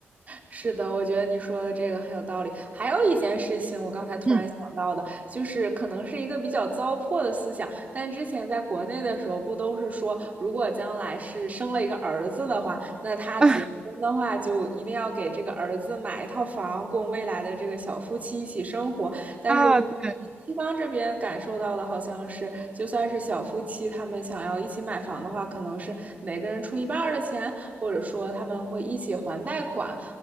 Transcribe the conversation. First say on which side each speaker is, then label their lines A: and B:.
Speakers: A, on the right; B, on the right.
A: 是的，我觉得你说的这个很有道理。还有一件事情，我刚才突然想到的，
B: 嗯
A: 就是可能是一个比较糟粕的思想，但之前在国内的时候，不都是说，如果将来是生了一个儿子的话，那他结婚的话，
B: <laughs>
A: 就一定要给这个儿子买一套房，供未来的这个小夫妻一起生活。但是我
B: 啊，对。
A: 西方这边感受到的好像是，就算是小夫妻，他们想要一起买房的话，可能是每个人出一半儿的钱，或者说他们会一起还贷款，